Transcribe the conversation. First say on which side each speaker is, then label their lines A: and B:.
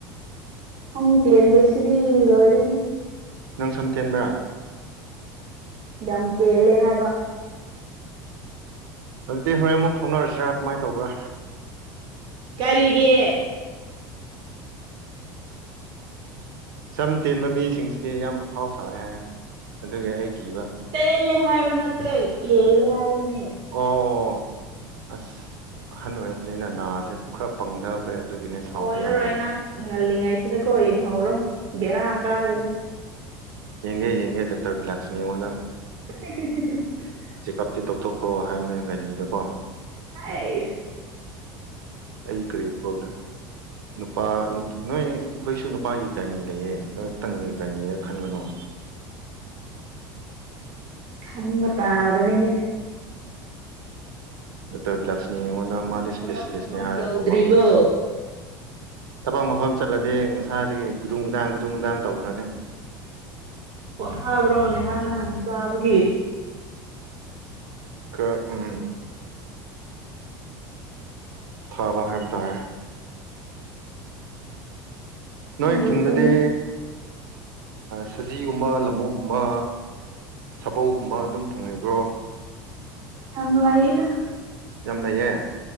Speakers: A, on the right; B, on the right.
A: ꯁꯝ ꯀꯦꯟꯕꯁꯤꯗꯤ ꯂꯣꯏꯔꯦ
B: ꯅꯪ ꯁꯝꯇꯦꯟꯕ꯭ꯔꯥ
A: ꯌꯥꯝ ꯀꯦꯜꯂꯦ ꯍꯥꯏꯕ
B: ꯑꯗꯨꯗꯤ ꯍꯣꯔꯦꯟ ꯑꯃꯨꯛ ꯊꯣꯛꯅꯔꯁꯤꯔꯥ ꯀꯃꯥꯏꯅ ꯇꯧꯕ꯭ꯔꯥ
A: ꯀꯔꯤꯒꯦ
B: ꯆꯝ ꯇꯦꯟꯕ ꯃꯤꯁꯤꯡꯁꯤꯗꯤ ꯌꯥꯝ ꯑꯐꯥꯎ ꯁ ꯍꯥꯏꯌꯦ ꯑꯗꯨꯒꯤ ꯑꯩ ꯀꯤꯕ
A: ꯇꯦꯂꯦ ꯍꯥꯏꯕ ꯅꯠꯇꯦ ꯀꯦꯂꯦ ꯍꯥꯏꯕꯅꯦ
B: ꯑꯣ ꯑꯣ ꯑꯣ ꯑꯁ ꯑꯍꯟ ꯑꯣꯏꯔꯛꯄꯅꯤꯅ ꯅꯥꯁꯦ ꯈꯔ ꯄꯪꯊꯈ꯭ꯔꯦ ꯑꯗꯨꯒꯤꯅꯦ ꯁꯥꯎꯕ
A: ꯑꯣꯏ ꯂꯧꯔꯣꯏ
B: ꯌꯥꯗ꯭ꯔꯦ
A: ꯅꯪ ꯉꯜꯂꯤꯉꯩꯁꯤꯗꯀꯣ ꯌꯦꯡꯍꯧꯔꯣ ꯕꯦꯔꯥ ꯀꯛꯑꯒꯅꯤ
B: ꯌꯦꯡꯒꯦ ꯌꯦꯡꯒꯦ ꯗꯥꯛꯇꯔ ꯭ꯂꯥꯛꯁꯅꯤ ꯌꯦꯡꯉꯣꯟꯅ
A: <inaudible>
B: ꯆꯦꯛꯑꯞꯇꯤ ꯇꯧꯊꯣꯛꯈ꯭ꯔꯣ ꯍꯥꯏꯕꯅꯦ ꯒꯅꯤꯗꯀꯣ
A: ꯑ
B: ꯑꯩ ꯀ ꯄ꯭ꯔꯣ ꯅꯨꯄꯥ ꯅꯣꯏ ꯑꯩꯈꯣꯏꯁꯨ ꯅꯨꯄꯥꯒꯤ ꯒꯥꯏꯅꯤ ꯂꯩꯌꯦ ꯅꯣꯏ ꯈꯤꯛꯇꯪꯒꯤ ꯒꯥꯏꯅꯤꯔ ꯈꯟꯒꯅꯨ <inaudible> <inaudible>
A: ꯈꯃ ꯇꯕꯅꯤꯅꯦ
B: ꯗꯣꯛꯇꯔ ꯕꯤꯂꯛꯁꯃꯤꯉꯣꯟꯅ ꯃꯥꯗꯤ ꯏꯁꯄꯦꯁꯤꯂꯤꯁꯅꯤ
A: ꯊꯕꯛ ꯃꯐꯝ
B: ꯍꯥꯏ
A: ꯌꯧꯗ꯭ꯔꯤꯕꯣ
B: ꯑꯗꯨ ꯃꯥꯅ ꯊꯕꯛ ꯃꯐꯝ ꯆꯠꯂꯗꯤ ꯃꯁꯥꯗꯤ ꯒꯨꯗꯨꯡ ꯒꯨꯗꯥꯡ ꯒꯨꯗꯨꯡ ꯒꯗꯥꯡ ꯇꯧꯈ꯭ꯔꯅꯤ
A: ꯑꯣ ꯍꯥꯥꯕ꯭ꯔꯣꯅꯦꯍꯥꯟꯅ ꯆꯥꯕꯒꯤ
B: ꯀ ꯎꯝ ꯊꯥꯕꯍꯝ ꯇꯥꯏ
A: ꯅꯪꯒꯤ
B: ꯅꯣꯏ ꯈꯨꯟꯗꯗꯤ
A: ꯈꯣꯟꯖꯦ
B: ꯁꯖꯤꯒꯨꯝꯕ ꯂꯃꯨꯀꯨꯝꯕ ꯁꯥꯕꯧꯒꯨꯝꯕ ꯑꯗꯨꯝ ꯐꯪꯉꯕ꯭ꯔꯣ
A: ꯌꯥꯝ ꯂꯩꯍꯤꯗ
B: ꯌꯥꯝ ꯂꯩꯌꯦ